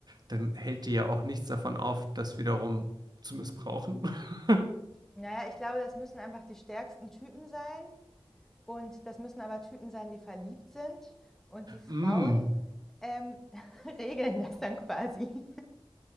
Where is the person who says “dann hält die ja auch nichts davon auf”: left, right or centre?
Right